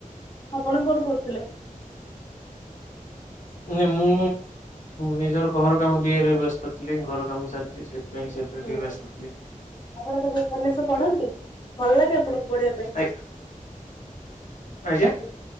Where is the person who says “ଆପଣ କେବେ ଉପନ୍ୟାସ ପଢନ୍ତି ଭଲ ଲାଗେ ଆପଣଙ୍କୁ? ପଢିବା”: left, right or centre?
Left